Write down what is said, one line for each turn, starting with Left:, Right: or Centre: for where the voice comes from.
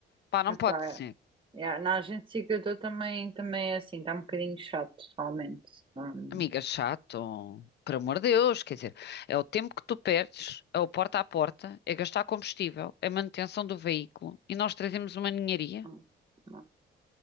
Left: Pá, não
Right: Epá,
Left: pode ser.
Right: é, é, na agência que eu estou também, também é assim, está um bocadinho chato, realmente. Hum,
Left: Amiga, chato. Por amor de Deus, quer dizer, é o tempo que tu perdes, é o porta a porta, é gastar combustível, é manutenção do veículo e nós trazemos uma ninharia.
Right: hum, hum.